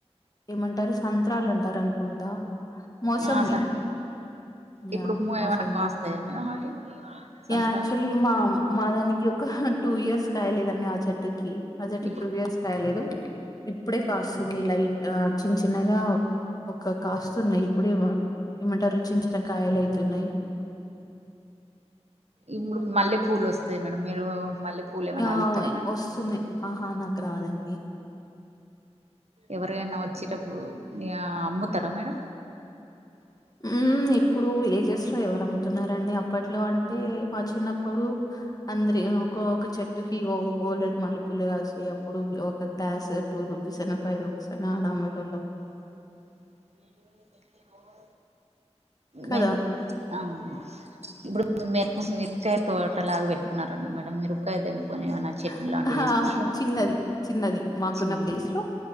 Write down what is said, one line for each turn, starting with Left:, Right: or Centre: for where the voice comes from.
Left: ఏమంటారు సంత్రాలు అంటారు అనుకుంటా మోసంవి
Right: ఆ సార్
Left: <unintelligible>
Right: ఇప్పుడు ఏమైనా కాస్తాయా మేడం వాటి సంత్రాలు
Left: యాక్చులీ మా మాగాని ఈ ఒక్క టూ ఇయర్స్ కాయలేదండి ఆ చెట్టుకి ఆ చెట్టుకి
Right: ఇప్పుడు
Left: టూ ఇయర్స్ కాయలేదు ఇప్పుడే కాస్తున్నాయి లైట్ చిన్న చిన్నగా ఒక కాస్తున్నాయి ఇప్పుడే ఏమంటరు చిన్న చిన్న కాయలు అయితున్నాయి
Right: ఇప్పుడు మల్లె పూలు వస్తాయి మేడం మీరు మల్లె పూలు ఏమైనా
Left: ఆ
Right: అల్లుతారా మేడం
Left: వస్తున్నాయి ఆహా నాకు రాదండి
Right: ఎవరైనా వచ్చేటప్పుడు య అమ్ముతారా మేడం <inaudible>
Left: హ్మ్. ఇప్పుడు విలేజెస్ లో ఎవరు అమ్ముతున్నారండి అప్పట్లో అంటే మా చిన్నప్పుడు అందరి ఏమీ అనుకోకు చెట్టుకి ఓ బోల్లెడ్ మల్లెపూలు కాసి అప్పుడు ఒక గ్లాస్ టూ రూపీస్ అను ఫైవ్ రుపీస్ అనా అలా ఆమెటోలం
Right: ఏమో
Left: కదా!
Right: మే హౌ అ ఇప్పుడు మిర మిరపకాయ తోట లాగా పెట్టు కున్నారుమేడం మిరపకాయ ఏమైనా చట్నీ
Left: అహ
Right: లాంటివి
Left: అహా
Right: చేసుకుంటారా
Left: చిన్నది చిన్నది మాకున్న
Right: చిన్న
Left: ప్లేస్ లో